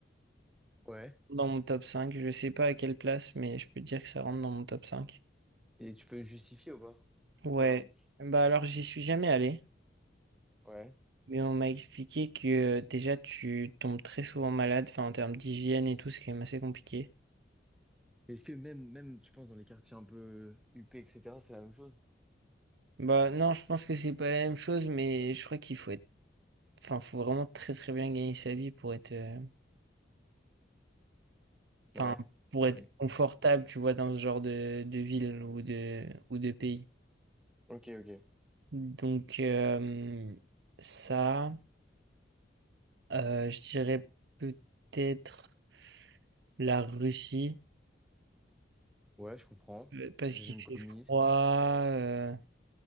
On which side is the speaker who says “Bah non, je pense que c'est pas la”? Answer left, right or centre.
Right